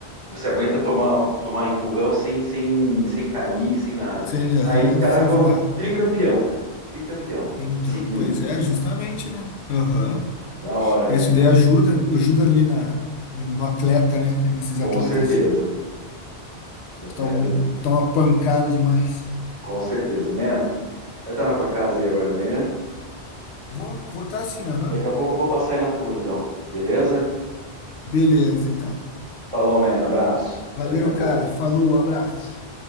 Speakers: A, on the right (about 30°); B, on the left (about 80°).
A: Você aguenta tomar, tomar empurrão sem, sem, sem cair, sem nada.
B: Sem aham,
A: Aí os caras
B: sem
A: foram
B: voar.
A: tricampeão, cara. Tricampeão
B: Então,
A: seguido.
B: pois é, justamente, né? Aham.
A: Da hora,
B: É,
A: né,
B: Isso
A: cara?
B: daí ajuda, ajuda ali na, no, no atleta, né? Nesses atletas
A: Com certeza.
B: de, que
A: Os atletas,
B: estão uma pancada demais.
A: com certeza. Man, vai estar na tua casa aí agora de manhã?
B: Vou votar sim, aham.
A: Daqui a pouco eu vou passar aí na tua, então. Beleza?
B: Beleza, então.
A: Falou, man. Abraço.
B: Valeu,
A: Até daqui a pouco.
B: cara. Falou, abraço.